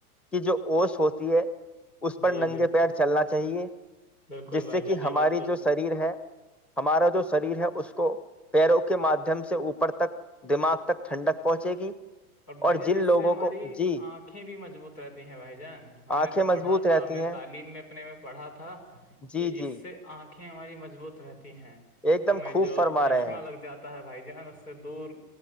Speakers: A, in the centre; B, on the left (about 85°).
A: کی جو اوش ہوتی ہے اس پر
B: جی
A: ننگے
B: بالکل
A: پیر چلنا چاہیے
B: بالکل
A: جس
B: بھائی
A: سے کہ
B: جان یہ
A: ہماری
B: بات تو
A: جو شریر ہے ہمارا جو شریر ہے اس کو پیروں کے مادھیم سے اوپر تک دماغ تک ٹھنڈک پہنچے گی
B: اور بھائی جان
A: جن
B: اس
A: لوگوں
B: سے ہماری
A: کو جی
B: آنکھیں بھی مضبوت رہتی ہیں بھائی جان ہم نے
A: آنکھیں
B: تو
A: مضبوط
B: پڑھا تھا
A: رہتی
B: ہمیں
A: ہیں
B: تعلیم میں اپنے میں پڑھا تھا
A: جی
B: کہ
A: جی
B: اس سے آنکھ آکھیں ہماری مضبط رہتی ہیں ہیں
A: ایک
B: ہمیں
A: دم خوب
B: جو
A: فرما
B: چشمہ
A: رہے ہیں
B: لگ جاتا ہے بھائی ن اس سے دور